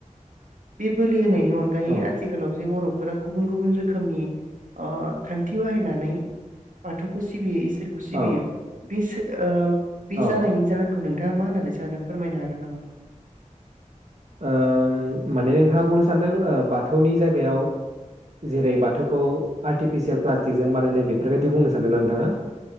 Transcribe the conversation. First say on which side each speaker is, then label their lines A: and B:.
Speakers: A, on the right; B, on the right.
A: बे बोलि होनाय। नि अनगायै
B: औ
A: आ जे बर'फोरा गुबुन गुबुन रोखोमनि अ खान्थि बाहायनानै बाथौखौ सिबियो इसो <unintelligible> सिबियो
B: औ
A: बेसो ओ। बे
B: औ
A: जानायनि जाहोनखौ नों थाङा ना मा होननानै सानो फोरमायनो हागोन नामा।
B: ओ माने नोंथाङा बुंनो सान्दों ओ बाथौनि जायगायाव जेरै बाथौखौ आर्टिफिसियेल प्लास्टिकजों बानायनाय बेफोरबायदि बुंनो सानदों ना नोंथाङा।